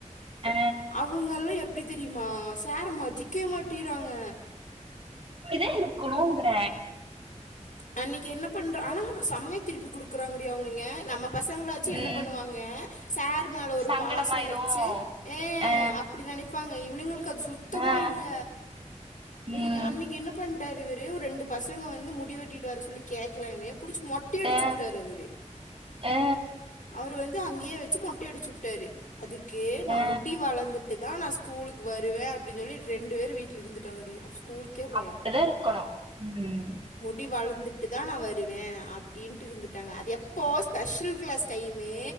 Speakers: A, on the right; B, on the left.
A: ஆ
B: அவங்கல்லா எப்டி தெரியுமா சார மதிக்க மாட்டேகிறாங்க
A: இப்படிதா இருக்கணும்ங்கற
B: அன்னைக்கு என்ன பண்ற ஆனா ஒரு சமைய திருப்பி குடுக்குறாங்கடியா அவனுங்க நம்ம பசங்கள வச்சு
A: ம்
B: என்ன பண்ணுவாங்க சார் மேல ஒரு
A: சங்கடமாயிரு
B: பாசம் வச்சு ஏ
A: ஆ
B: அப்படின நெனைப்பாங்க இவனுங்களுக்கு அது சுத்தமா
A: ஆ
B: இல்ல இவனுங்க
A: ம்
B: அன்னைக்கு என்ன பண்ட்டாரு இவர் ஒரே ஒரு ரெண்டு பசங்க வந்து முடிவ வெட்டிட்டு வர சொல்லி கேக்கலனு படிச்ச மொட்டையடிச்சு
A: ஆ
B: விட்டார் அவரு
A: ஆ
B: அவர் வந்து அங்கேயே வச்சு மொட் டையடிச்சு விட்டரு அதுக்கு நா
A: ஆ
B: முட்டி வளந்துட் டுதா நா ஸ்கூலுக்கு வருவே அப்டின் சொல்லி ரெண்டு வேரு வீட்டுல இருந்துட்டாங்கடி ஸ்கூலுக்கே போகல
A: அப்படிதா இருக்கணு ம்
B: டி வளந்துட்டுதா நா வரு வருவே அப்படின்ட்டு இருந்துட்டாங்க அது எப்போ ஸ்பெஷல் கிளாஸ் டைமு